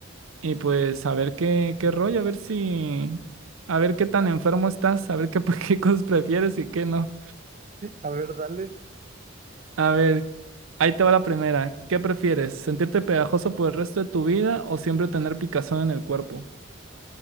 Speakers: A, on the right; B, on the right.
A: y pues a ver qué, qué rollo, a ver si, a ver qué tan enfermo estás, a ver qué, <laughs> qué cosas prefieres y qué no.
B: A ver, dale.
A: A ver, ahí te va la primera. ¿Qué prefieres? ¿Sentirte pegajoso por el resto de tu vida o siempre tener picazón en el cuerpo?